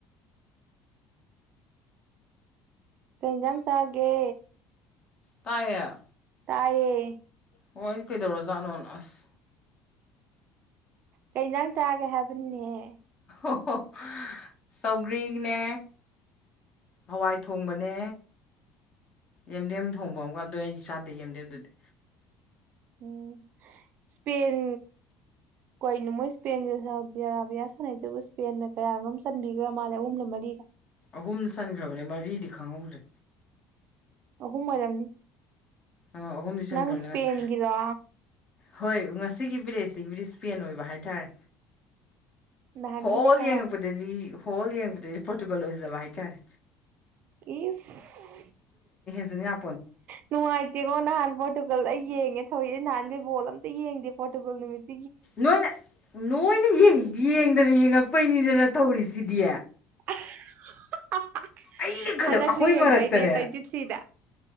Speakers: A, on the right; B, on the left.
A: ꯀꯦꯟꯖꯥꯟ ꯆꯥꯒꯦ
B: ꯇꯌꯦ
A: ꯇꯥꯏꯌꯦ
B: ꯍ ꯑꯩ ꯀꯩꯗꯧꯔꯖꯥꯠꯅꯣ ꯑꯁ
A: ꯀꯩꯖꯥꯡ ꯆꯥꯒꯦ ꯍꯥꯏꯕꯅꯤꯅꯦꯍ
B: ꯑꯣ ꯆꯧꯒ꯭ꯔꯤꯅꯦ ꯍꯋꯥꯏ ꯊꯣꯡꯕꯅꯦ ꯌꯦꯦꯝꯗꯦꯝ ꯊꯣꯡꯕ ꯑꯃꯒ ꯑꯗꯨ ꯑꯩꯁꯨ ꯁꯥꯠꯇꯦ ꯌꯦꯦꯝꯗꯦꯝꯗꯨꯗꯤ
A: ꯎꯝ ꯏꯁꯄꯦꯟ ꯀꯅꯣ ꯃꯣꯏ ꯏꯁꯄꯦꯟꯒ ꯌꯥꯥꯕꯤ ꯌꯥ ꯁꯥꯟꯅꯩꯗꯨꯕꯨ ꯏꯁꯄꯦꯟꯅ ꯀꯌꯥꯒꯣꯝ ꯆꯟꯕꯤꯈ꯭ꯔꯥ ꯃꯥꯜꯂꯦ ꯑꯍꯨꯝꯂ ꯃꯔꯤꯒ
B: ꯑꯍꯨꯝ ꯆꯟꯈ꯭ꯔꯕꯅꯦ ꯃꯔꯤꯗꯤ ꯈꯪꯍꯧꯗ꯭ꯔꯦ
A: ꯑꯍꯨꯝ ꯑꯣꯏꯝꯅꯤ
B: ꯑꯥ ꯑꯍꯨꯝꯗꯤ ꯆꯟꯈ꯭ꯔꯕꯅꯦ
A: ꯅꯪ ꯁꯄꯦꯒꯔꯥ
B: ꯉꯁ ꯍꯣꯏ ꯉꯁꯤꯒꯤ ꯕꯔꯦꯖꯁꯤꯒꯤ ꯕꯨ ꯏꯁꯄꯦꯟ ꯑꯣꯏꯕ ꯍꯥꯏꯇꯥꯔꯦ
A: ꯅꯍꯥꯟꯈꯩꯅ
B: ꯍꯣꯜ
A: ꯀꯅꯥ
B: ꯌꯦꯡꯉꯛꯄꯗꯗꯤ ꯍꯣꯜ ꯌꯦꯡꯉꯛꯄꯗꯗꯤ ꯐꯣꯇꯤꯀꯣꯜ ꯑꯣꯏꯖꯕ ꯍꯥꯏꯆꯔꯦ
A: ꯏ
B: ꯁꯤꯥ
A: ꯅꯨꯡꯥꯏꯇꯦ ꯌꯦꯉ ꯅꯍꯥꯟ ꯄꯣꯔꯇꯨꯒꯜꯗ ꯌꯦꯡꯉꯦ ꯊꯧꯏꯦ ꯅꯍꯥꯟꯗꯤ ꯕꯣꯜ ꯑꯝꯇ ꯌꯦꯡꯗꯦ ꯄꯣꯔꯇꯨꯒꯜ ꯅꯨꯃꯤꯠꯇ
B: ꯅꯣꯏꯅ ꯅꯣꯏꯅ ꯌꯦꯡꯗꯅ ꯌꯦꯡꯉ ꯆꯄꯩꯅꯤꯗꯅ ꯇꯧꯔꯤꯁꯤꯗꯤ
A: <unintelligible>
B: ꯑꯩꯅ ꯈꯜꯂꯦꯕ
A: ꯍꯟꯗꯛꯁꯨ
B: ꯑꯩꯈꯣꯏ
A: ꯌꯦꯡꯗꯣꯏꯅꯦ
B: ꯃꯔꯛꯇꯅꯦ
A: ꯇ꯭ꯋꯦꯟꯇꯤ ꯊ꯭ꯔꯤꯗ